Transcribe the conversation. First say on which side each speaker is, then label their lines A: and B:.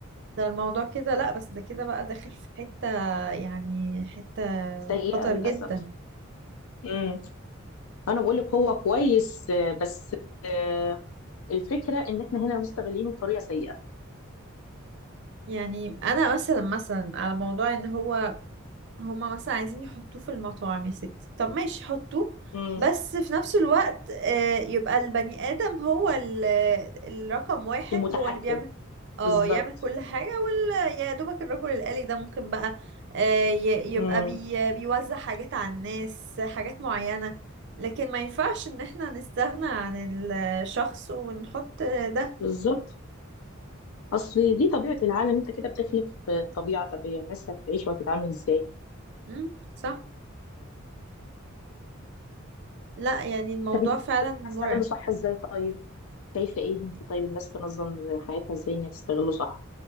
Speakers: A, on the right (about 60°); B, on the left (about 75°).
A: ده الموضوع كده لا بس ده كده بقى داخل في حتة يعني حتة
B: سيئه
A: خطر
B: للاسف
A: جدا
B: امم انا بقول لك هو كويس آه، بس آه، الفكره ان احنا هنا مستغلينه بطريقه سيئه
A: يعني انا مثلا مثلا على موضوع ان هو هما مثلا عايزين يحطوه في المطاعم يا ستي طب ماشي حطوه
B: امم
A: بس في نفس الوقت آه، يبقى البني آدم هو ال- الرقم واحد
B: المتحكم
A: هو اللي بيعمل اه
B: بالظبط
A: يعمل كل حاجة وال يا دوبك الرجل الآلي ده ممكن بقى آه، ي- يبقى
B: امم
A: بي بيوزع حاجات على الناس حاجات معينة لكن ما ينفعش ان احنا نستغنى عن الشخص ونحط ده
B: بالظبط اصل دي طبيعه العالم انت كده بتخلف آه، طبيعه طب هي الناس هتعيش وهتتعامل ازاي
A: مم، صح لا يعني الموضوع
B: طب انت شايفة
A: فعلا
B: إن
A: مرعب
B: احنا نستغله صح ازاي طيب شايفه ايه انت طيب الناس تنظم حياتها ازاي انها تستغله صح